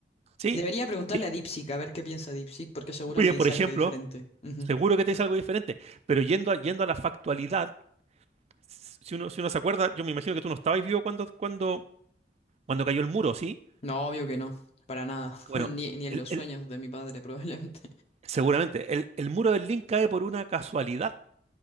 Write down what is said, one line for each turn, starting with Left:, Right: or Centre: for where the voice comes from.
Right: sí,
Left: Debería preguntarle
Right: sí.
Left: a DeepSeek a ver qué piensa DeepSeek, porque seguro
Right: Oye,
Left: me dice
Right: por ejemplo,
Left: algo diferente. Ujú.
Right: seguro que te dice algo diferente, pero yendo a, yendo a la factualidad, si uno, si uno se acuerda, yo me imagino que tú no estabas vivo cuando, cuando, cuando cayó el muro, ¿sí?
Left: No, obvio que no, para nada,
Right: Bueno,
Left: <laughs> ni, ni en
Right: el,
Left: los sueños
Right: el-
Left: de mi padre <laughs> probablemente.
Right: seguramente, el, el muro del Berlín cae por una casualidad.